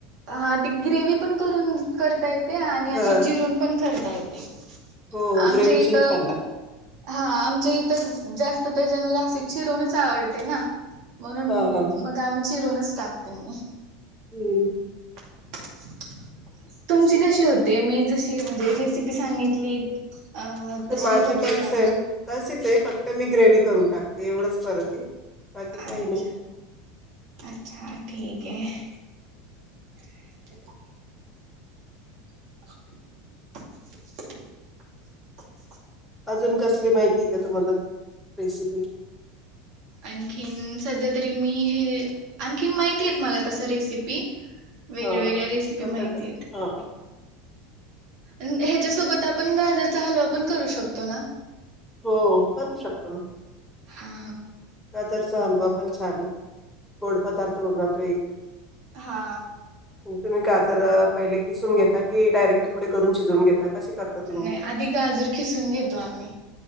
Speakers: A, on the right; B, in the centre.
A: हा ते ग्रेवी पण करून करता येते आणि
B: हा
A: असे चिरून पण करता येते.
B: हो
A: आमच्या
B: ग्रेवीची
A: इथ
B: छान लागते
A: हा आमच्या इ थ जास्त तर जनाला अशी चिरूनच आवडते ना. म्हणून
B: हा हा ह
A: मग आम्ही चिरूनच टाकते मी.
B: हम्म.
A: <inaudible> तुमची कशी होते मी जशी म्हणजे रेसिपी सांगितली. अ
B: तर
A: तशी
B: माझी
A: होते
B: पण
A: का?
B: सेम तशीच आहे फक्त मी ग्रेवी करून टाकते एवढंच फरक आहे. बाकी काही
A: अच्छा
B: नाही
A: अच्छा ठीक आहे. <inaudible> <inaudible>
B: अजून कसली माहिती आहे का तुम्हाला रेसिपी?
A: आणखीन सध्या तरी मी हे आणखीन माहितीय मला तस रेसिपी. वेगळ्या
B: हा
A: वेगळ्या रेसिपी
B: आता
A: माहिती आहे.
B: हा
A: न हे त्यासोबत आपण गाजरचा हलवा पण करू शकतो ना.
B: हो करू शकतो ना.
A: हा.
B: गाजरचा हलवा पण छान गोड पदार्थ होऊन जातो एक.
A: हा.
B: मग तुम्ही गाजर पहिल किसून घेता की डायरेक्ट तुकडे करून शिजवून घेता. कसे करता तुम्ही
A: नाही आधी गाजर किसून घेतो आम्ही.